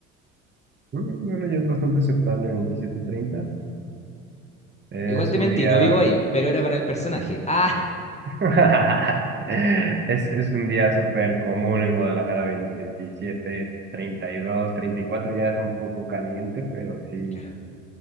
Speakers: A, on the right; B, on the left.
A: Mm, Bueno, ya es bastante aceptable veintisiete treinta Es
B: Igual te
A: un
B: mentí,
A: día...
B: no vivo ahí, pero era para el personaje. Ah,
A: <laughs> Es, es un día súper común en Guadalajara, veinte veintisiete treinta y dos treinta y cuatro ya es un poco caliente, pero sí.
B: Claro.